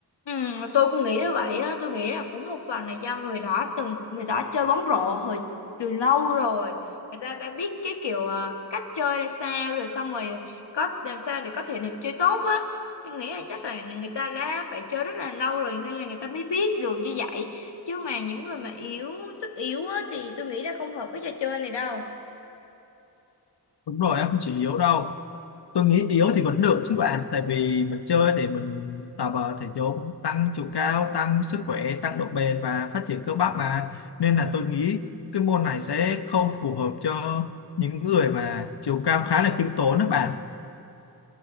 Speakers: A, on the left; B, on the left.
A: Ừ, tôi cũng nghĩ như vậy á, tôi nghĩ là cũng một phần là do người đó từng người đó chơi bóng rổ hồi từ lâu rồi, người ta đã biết cái kiểu à, cách chơi ra sao rồi xong rồi có làm sao để có thể được chơi tốt á. Tôi nghĩ là chắc là người ta đã phải chơi rất là lâu rồi nên là người ta mới biết được như vậy. Chứ mà những người mà yếu, sức yếu á thì tôi nghĩ là không hợp với trò chơi này đâu.
B: đúng rồi em không chỉ yếu đâu tôi nghĩ yếu thì vẫn được chứ bạn tại vì mình chơi để mình tập ờ, thể dục tăng chiều cao tăng sức khỏe tăng độ bền và phát triển cơ bắp mà nên là tôi nghĩ cái môn này sẽ không phù hợp cho những người mà chiều cao khá là khiêm tốn đó bạn